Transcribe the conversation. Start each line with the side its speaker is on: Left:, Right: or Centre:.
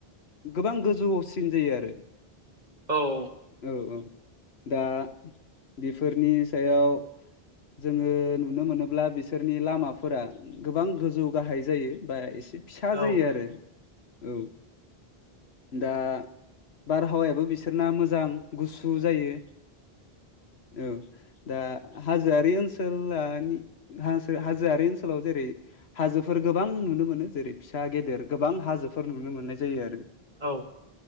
Left: गोबां गोजौआवसिन जायो आरो।
Right: औ
Left: औ औ दा बेफोरनि सायाव जोङो नुनो मोनोब्ला बिसोरनि लामाफोरा गोबां गोजौ गाहाय जायो बा एस एसे फिसा
Right: औ
Left: जायो आरो औ दा बारहावायाबो बिसोरना मोजां गुसु जायो औ। दा हाजोआरि ओनसला नि हाजोआरि ओनसोलाव जेरै हाजोफोर गोबां नुनो मोनो जेरै फिसा गेदेर गोबां हाजोफोर नुनो मोननाय जायो आरो
Right: औ।